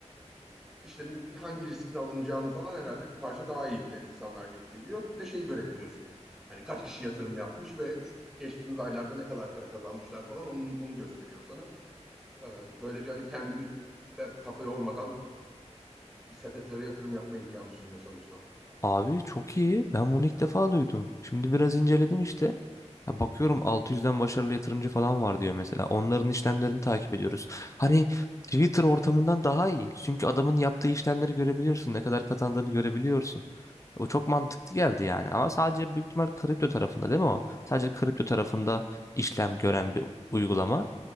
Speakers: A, in the centre; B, on the left.
A: e, işte hangi riskin alınacağını falan herhalde bir parça daha iyi bilen insanlar gibi geliyor. Bir de şeyi görebiliyorsun. Hani kaç kişi yatırım yapmış ve şu- geçtiğimiz aylarda ne kadar para kazanmışlar falan onu, onu gösteriyor sana. Ee, böylece hani kendin be- kafa yormadan e, sepetlere yatırım yapma imkanı sunuyor sanırsam.
B: Abi çok iyi. Ben bunu ilk defa duydum. Şimdi biraz inceledim işte. Ya bakıyorum 600'den başarılı yatırımcı falan var diyor mesela. Onların işlemlerini takip ediyoruz. Hani Twitter ortamından daha iyi. Çünkü adamın yaptığı işlemleri görebiliyorsun. Ne kadar kazandığını görebiliyorsun. O çok mantıklı geldi yani. Ama sadece büyük ihtimal kripto tarafında değil mi o? Sadece kripto tarafında işlem gören bir uygulama.